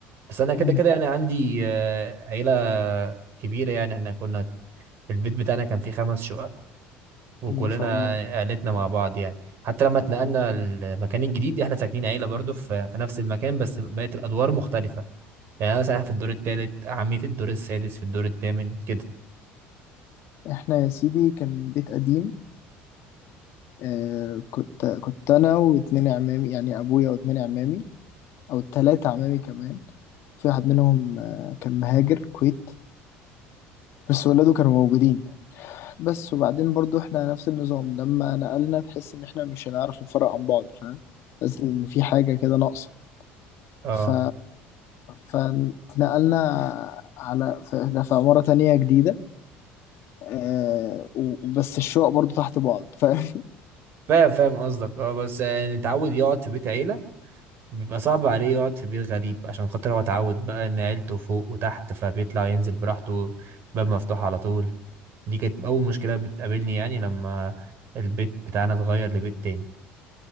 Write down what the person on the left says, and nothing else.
امم
ما شاء الله
احنا يا سيدي كان بيت قديم آه كنت كنت انا واتنين عمامي يعني ابويا واتنين عمامي او تلاتة عمامي كمان في واحد منهم آه كان مهاجر كويت بس ولاده كانوا موجودين بس وبعدين برضو احنا نفس النظام لما نقلنا تحس ان احنا مش هنعرف نفرق عن بعض فاهم تحس ان في حاجة كده ناقصة
ف فنقلنا على فاحنا في عمارة تانية جديدة آه، وبس الشقق برضو تحت بعض <laughs> فاهم